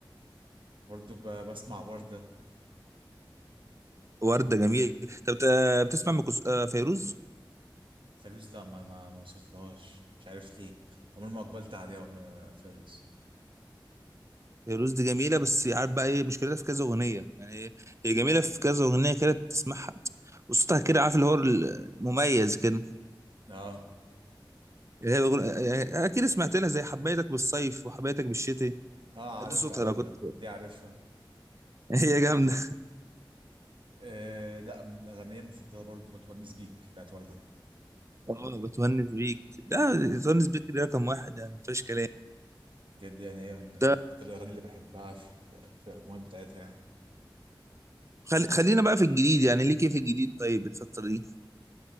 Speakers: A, on the right; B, on the right.
A: برضه ب... بسمع ورده
B: وردة جميل طب بت- بتسمع ام كلث- آه، فيروز
A: فيروز لا ما ما, ما وصلتلهاش مش عارف ليه عمري ما اقبلت عليها ام- فيروز
B: فيروز دي جميلة بس عارف بقى ايه مشكلتها في كذا أغنية يعني هي هي جميلة في كذا أغنية كده تسمعها وصوتها كده عارف اللي هو المميز كده
A: اه
B: يعني هي بيقول- يعني أكيد سمعت لها زي حبيتك بالصيف وحبيتك بالشتاء
A: اه عارفها
B: دي صوتها
A: عارفها
B: أنا كنت
A: دي
B: <laughs>
A: دي عارفها
B: هي جامدة
A: آه لا من اغانيه المفضله برضه بتونس بيك بتاعت ورده
B: اه بتونس بيك ده بتونس بيك ده رقم واحد يعني مفيش كلام
A: بجد يعني هي من اكتر
B: ده
A: الاغاني اللي بحبها في ال- في الاجمال بتاعتها يعني
B: خل... خلينا بقى في الجديد يعني ليه كيف الجديد طيب الفترة دي